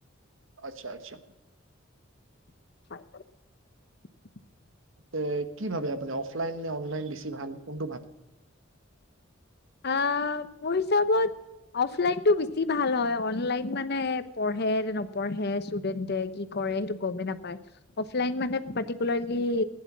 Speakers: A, on the right; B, on the left.
A: আচ্ছা-আচ্ছা
B: <unintelligible>
A: ত কি ভাবে আপুনাৰ অফলাইন নে অনলাইন বেছি ভাল কোনটো ভাল?
B: আহ মোৰ হিচাবত অফলাইনটো বেছি ভাল হয় অনলাইন মানে পঢ়ে নে নপঢ়ে ষ্টুডেন্টে কি কৰে সেইটো গমেই নাপায় অফলাইন মানে পাৰটিকোলাৰলি